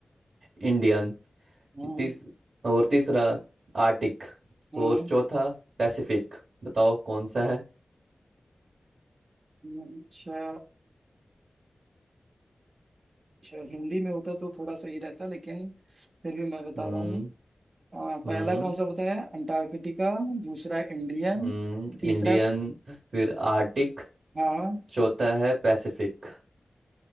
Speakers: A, on the right (about 85°); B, on the right (about 50°).
A: इंडियन
B: हाँ
A: तीस और तीसरा आर्टिक
B: हाँ,
A: और चौथा पैसिफिक बताओ कौन सा है
B: हाँ, अच्छा शायद हिंदी में होता तो थोड़ा सही रहता लेकिन फिर भी मैं बता
A: हम्म
B: रहा हूँ अ,
A: हम्म
B: पहला कौन सा बताया अंटार्कटिका दूसरा इंडियन
A: हम्म
B: तीसरा
A: इंडियन फिर आर्टिक
B: हाँ
A: चौथा है पैसिफिक